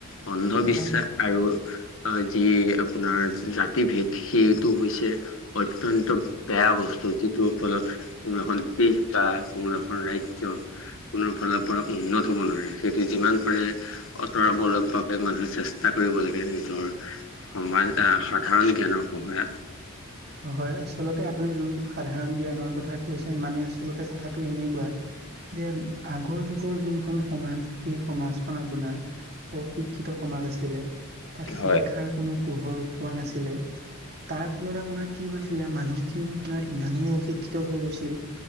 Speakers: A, on the left; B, on the right.
A: অন্ধবিশ্বাস
B: হয় হয়
A: আৰু যি আপোনাৰ জাতি ভেদ সেইটো হৈছে অত্যন্ত বেয়া বস্তু যিটোৰ ফলত কোনো এখন দেশ বা কোনো এখন ৰাজ্য কোনো ফালৰ পৰা উন্নত হ'ব নোৱাৰে সেইটো যিমান পাৰে আঁতৰাব লগ বাবে মানুহে চেষ্টা কৰিব লাগে নিজৰ সমাজ সাধাৰণ জ্ঞানৰ <unintelligible>
B: হয় আচলতে আপুনি যোনটো সাধাৰণ জ্ঞানৰ কথা কৈছে মানে আচলতে কথাটো এনেকোৱা যে আগৰ যুগৰ যোনখন সমাজ সেই সমাজখন আপোনাৰ অশিক্ষিত সমাজ আছিলে তাত শিক্ষাৰ
A: হয়
B: কোনো পোহৰ পোৱা নাছিলে তাৰ ফলত আপোনাৰ কি হৈছিলে মানুহ খিনি আপোনাৰ ইমানেই অশিক্ষিত হৈ গৈছিল